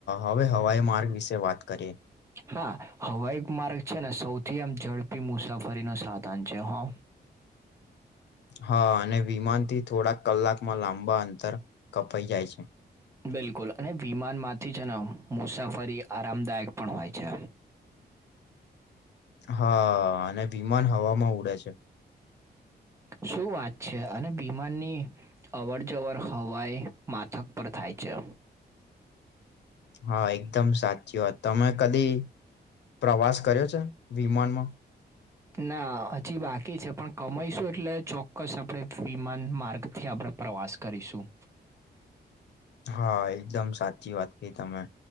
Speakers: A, on the left; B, on the right.
A: હવે હવાઈ માર્ગ વિશે વાત કરીએ.
B: હા હવાઈ માર્ગ છે ને સૌથી આમ ઝડપી મુસાફરી નો સાધન છે હો
A: હા અને વિમાન થી થોડાક કલાકમાં લાંબા અંતર કપાઈ જાય છે.
B: બિલકુલ અને વિમાનમાંથી છે ને અમુક મુસાફરી આરામદાયક પણ હોય છે.
A: હા અને વિમાન હવામાં ઉડે છે.
B: શું વાત છે અને વિમાનની અવર જવર હવાઈ માથક પર થાય છે.
A: <inaudible> હા એકદમ સાચી વાત તમે કદી પ્રવાસ કર્યો છે વિમાનમાં <inaudible>
B: ના હજી બાકી છે પણ કમાઈ શું એટલે ચોક્કસ આપણે વિમાન માર્ગથી આપણે પ્રવાસ કરીશું
A: હા એકદમ સાચી વાત કી તમે